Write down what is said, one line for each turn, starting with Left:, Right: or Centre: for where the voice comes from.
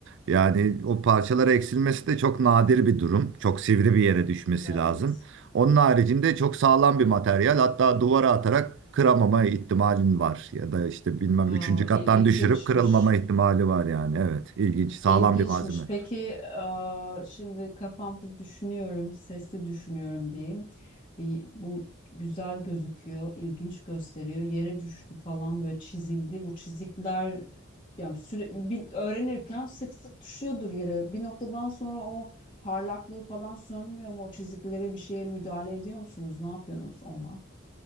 Right: Yani o parçalara eksilmesi de çok nadir bir durum. Çok sivri bir yere düşmesi
Left: Evet.
Right: lazım. Onun haricinde çok sağlam bir materyal. Hatta duvara atarak kıramama ihtimalin var. Ya da işte bilmem üçüncü
Left: Aa,
Right: kattan
Left: il- ilginçmiş.
Right: düşürüp kırılmama ihtimali var yani. Evet, ilginç, sağlam
Left: İlginçmiş.
Right: bir malzeme.
Left: Peki eee, şimdi kafamda düşünüyorum, sesli düşünüyorum diyeyim. Y- Bu güzel gözüküyor, ilginç gösteriyor. Yere düştü falan böyle çizildi. Bu çizikler yani süre, bir- öğrenirken sık sık düşüyordur yere. Bir noktadan sonra o parlaklığı falan sönmüyor mu? O çiziklere bir şeye müdahale ediyor musunuz? Ne yapıyorsunuz ona?